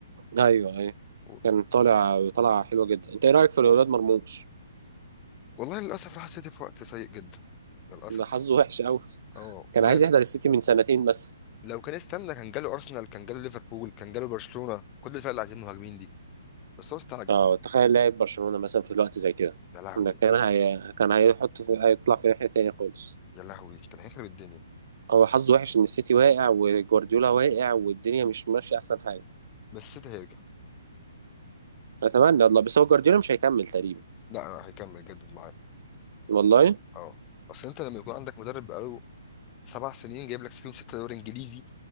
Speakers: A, on the right; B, on the left.
A: ايوه ايوه
B: و-
A: كان طالع طالع حلوه جدا انت ايه رايك في الولاد مرموش
B: والله للاسف راح السيتي في وقت سيء جدا للاسف
A: ده حظه وحش قوي
B: اه وكان
A: كان عايز يحضر السيتي من سنتين مثلا
B: لو كان استنى كان جاله ارسنال كان جاله ليفربول كان جاله برشلونه كل الفرق اللي عايزين مهاجمين دي بس هو استعجل
A: اه تخيل لاعب برشلونة مثلا في الوقت زي كده
B: يا لهوي
A: ده كان هي... كان هيحط في... هيطلع في ناحية تانية خالص
B: يا لهوي كان هيخرب الدنيا
A: هو حظه وحش ان السيتي واقع وجوارديولا واقع والدنيا مش ماشية احسن حاجة
B: بس السيتي هيرجع
A: اتمنى والله بس هو جوارديولا مش هيكمل تقريبا
B: لا لا هيكمل يجدد معاه
A: والله أيوة.
B: اه اصل انت لما يكون عندك مدرب بقاله سبع سنين جايب لك فيهم ستة دوري انجليزي